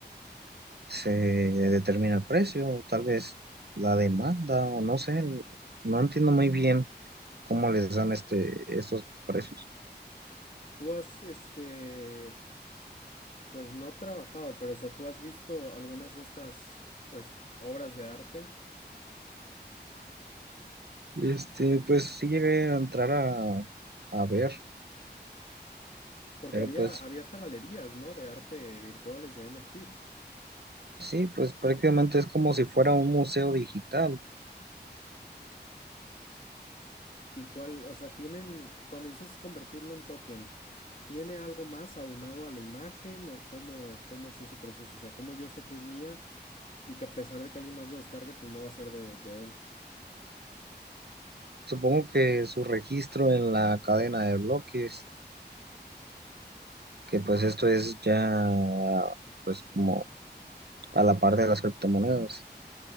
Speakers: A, on the right; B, on the left.
A: se determina el precio, o tal vez la demanda o no sé, no entiendo muy bien cómo les dan este, estos precios.
B: Tú has, este, pues no trabajado, pero o sea, tú has visto algunas de estas, pues, obras de arte,
A: Este, pues sí llegué a entrar a, a ver,
B: porque
A: pero
B: había,
A: pues
B: había hasta galerías, ¿no? De arte virtuales, de NFTs.
A: sí, pues prácticamente es como si fuera un museo digital.
B: ¿Y cuál, o sea, tienen, cuando dices convertirlo en un token, ¿tiene algo más aunado a la imagen o cómo, cómo es ese proceso? O sea, ¿cómo yo sé que es mía y que a pesar de que alguien más lo descargue, pues no va a ser de, de él?
A: Supongo que su registro en la cadena de bloques, que pues esto es ya pues como a la par de las criptomonedas.